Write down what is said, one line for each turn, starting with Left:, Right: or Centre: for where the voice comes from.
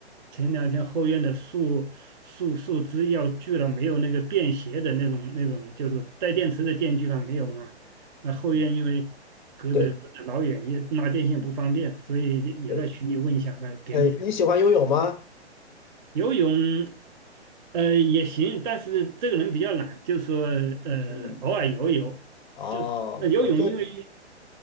Right: 前两天后院的树树树枝要锯了，没有那个便携的那种那种，就是带电池的电锯嘛，没有嘛。那后院因为隔着隔着老远，
Left: 嗯，对，
Right: 也拉电线不方便，
Left: 嗯
Right: 所以也在群里问一下，
Left: 对，
Right: 哎，别人
Left: 哎，你喜欢游泳吗？
Right: 游泳，呃，也行，但是这个人比较懒，就说呃，
Left: 嗯，
Right: 偶尔游游，
Left: 哦，
Right: 就那游泳，
Left: 我这，
Right: 因为
Left: 对